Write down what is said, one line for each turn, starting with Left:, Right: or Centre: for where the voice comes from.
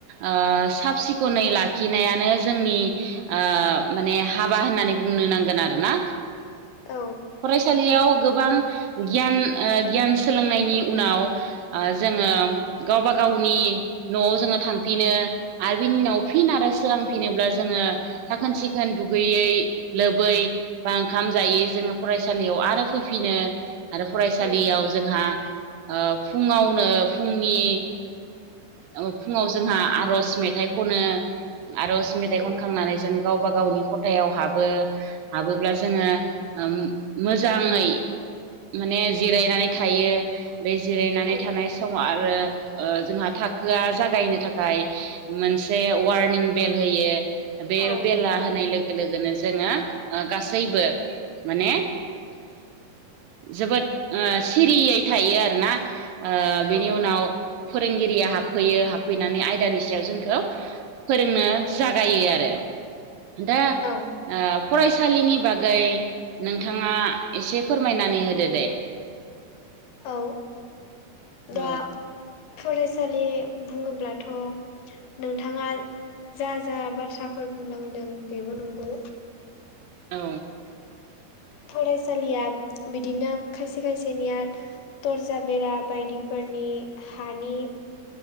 Right: ओ साब सिखोनै लाखिनायानो जोंनि ओ माने हाबा होननानै बुंनो नांगोन आरो ना?
Left: औ
Right: फरायसालियाव गोबां गियान ओ गियान सोलोंनायनि उनाव ओ जोङो गावबा गावनि न'आव जोङो थांफिनो। आरो बिनि उनाव फिन आरो सोरांफिनोब्ला जोङो साखोन सिखोन दुगैयै लोबै बा ओंखाम जायै जोङो फरायसालियाव आरो फैफिनो आरो फरायसालियाव
Left: औ
Right: जोंहा ओ फुङावनो फुंनि ओ फुङाव जोंहा आर'ज मे थाइ खनो, आर'ज मेथाइ
Left: औ
Right: खनखांनानै जों गावबा गावनि खथायाव हाबो। हाबोब्ला जोङो ओम मोजाङै माने जिरायनानै थायो। बे जिरायनानै
Left: औ
Right: थानाय समाव आरो ओ जोंहा थाखोआ जागायनो थाखाय मोनसे वारनिं बेल होयो बे
Left: औ
Right: बेला
Left: नंगौ
Right: होनाय लो गो लोगोनो जोङो ओ गासैबो माने जोबोद ओ सिरियै थायो आरो ना। ओ बिनि
Left: औ
Right: उनाव फोरोंगिरिया हाबफैयो हाबफैनानै आयदानि सायाव जों खौ फोरोंनो जागायो आरो दा
Left: औ
Right: ओ फरायसालिनि बागै नोंथाङा एसे फोरमायनानै होदो दे।
Left: औ
Right: औ
Left: दा फरायसालि बुङोब्लाथ' नोंथाङा जा जा बाथ्राफोर बुंलांदों बेबो नंगौ।
Right: औ।
Left: फरायसालिया बिदिनो खायसे खायसेनिया तर्जा बेरा बायदिफोरनि हानि